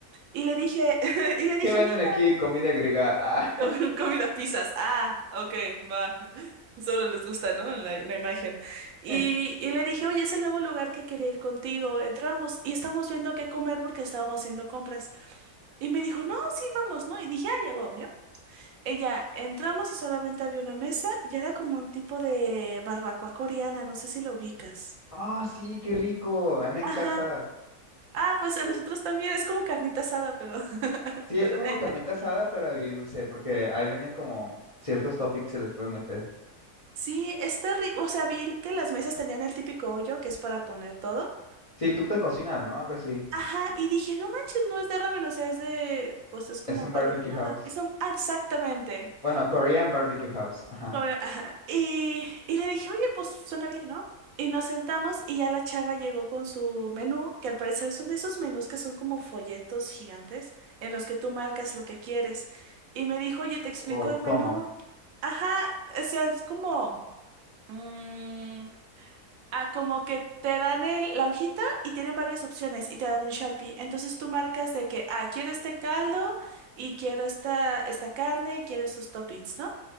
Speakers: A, on the right (about 70°); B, on the left (about 50°).
A: Y le dije, <laughs> y le dije,
B: ¿Qué venden
A: mira,
B: aquí? Comida griega. <laughs>
A: <laughs> comida pizzas. Ah, ok, va. <laughs> Solo les gusta, ¿no? La, la imagen. Y,
B: Ah.
A: y le dije, oye, es el nuevo lugar que quería ir contigo. Entramos y estamos viendo qué comer porque estábamos haciendo compras. Y me dijo, no, sí, vamos, ¿no? Y dije, ah, ya, huevo, ella, entramos y solamente había una mesa y era como un tipo de barbacoa coreana, no sé si lo ubicas.
B: Ah, sí, qué rico. A mí me
A: Ajá.
B: encanta.
A: Ah, pues a
B: Eh,
A: nosotros también, es como carnita asada, pero, <laughs>
B: sí,
A: pero
B: es como
A: de ella.
B: carnita asada, pero agridulce, porque ahí venden como ciertos toppings que se les pueden meter.
A: Sí, está rico, o sea, vi que las mesas tenían el típico hoyo que es para poner todo.
B: Sí, tú te cocinas, ¿no? Algo así.
A: Ajá, y dije, no manches, no es de ramen, o sea, es de, pues es como
B: Es un
A: parrillada.
B: barbecue house.
A: Eso, ah, exactamente.
B: Bueno, Korean barbecue house. Ajá.
A: Cobra, ajá. Y, y le dije, oye, pues suena bien, ¿no? Y nos sentamos y ya la chava llegó con su menú, que al parecer son de esos menús que son como folletos gigantes en los que tú marcas lo que quieres. Y me dijo, oye, te explico
B: O
A: el menú.
B: cómo.
A: Ajá, o sea, es como... mm, ah, como que te dan el- la hojita y tienen varias opciones y te dan un Sharpie. Entonces tú marcas de que, ah, quiero este caldo y quiero esta, esta carne y quiero estos toppings, ¿no?